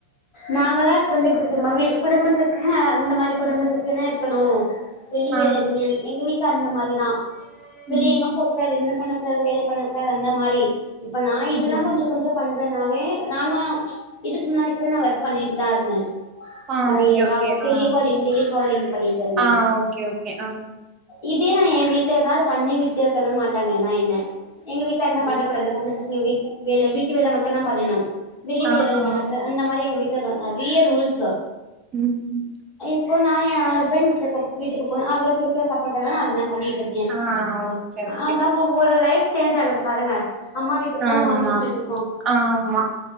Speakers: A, on the left; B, on the right.
A: நாங்கல்லா இப்பந்து கு <unintelligible> குடும்பத்துக்க அந்த மாரி குடும்பத்துக்குனே இருக்கணு வெளி
B: ஆ
A: வேல எதுமே எங்க வீட்ல அந்த மா ரிதா வெளிய
B: ம்
A: எங்கம் போ கூடாது எதுமே பண்ணக் கூடாது வேல பண்ண கூடாது அந்த மாரி இப்ப நா இதுதா
B: ம்
A: கொஞ்சொ கொஞ்சொ பண் ற நாவே நானு இதுக் முன்னாடி கூட நா வொர்க் பண்ணிட்டுதா இருந்த
B: ஆ
A: ஒன்
B: ஓகே
A: இயரா
B: ஓகே
A: டெலிகாலிங்
B: ஆ
A: டெலிகாலிங் பண்ணிட்டிருந்த
B: ஆ ஓகே ஓகே ஆ
A: இ ப்பயு நா என் வீட்ல இருந்தா அத பண்ணி விட்டிருக்கவே மாட்டாங்க நா என்ன எங் வீட்ல என்னா பண்ணகூடாது
B: ம்
A: பொம்பள பசங்க வீட் வேல வீட்டு வேல மட் டுந்தா பண்ணணு வெளி வேல
B: ஆ
A: எதும்
B: ஆ
A: பண்ண கூடா அந்த மாரி எங்க வீட் <unintelligible> நறைய ரூல்ஸு
B: ம் ஹ் ம்
A: இப்போ நா என் ஹஸ்பண்ட் வீட்ல போ வீட்டுக்கு போன அவர் குடுத்த சப்போர்ட்ல தா அதுலா பண்ணிட் ருக்கே
B: ஆ ஓகே ஓகே
A: அத வொ வோட லைஃப் சேஞ்சாகுது பாருங்க அம்மா வீட்டுக்கு
B: ஆமா
A: மாமியார் வீட்டுக்கு
B: ஆமா